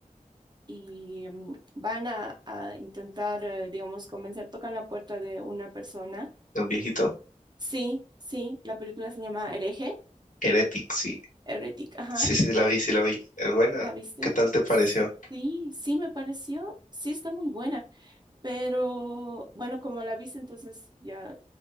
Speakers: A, on the right; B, on the left.
A: y mm, van a, a intentar, eh, digamos, convencer, tocan la puerta de una persona.
B: de un viejito?
A: Sí, sí, la película se llama Hereje,
B: Heretic, sí.
A: Heretic, ajá,
B: Sí, sí, la vi, sí la vi. Es buena.
A: ¿la viste?
B: ¿Qué tal te pareció?
A: Sí, sí, me pareció, sí, está muy buena. Pero bueno, como la viste, entonces ya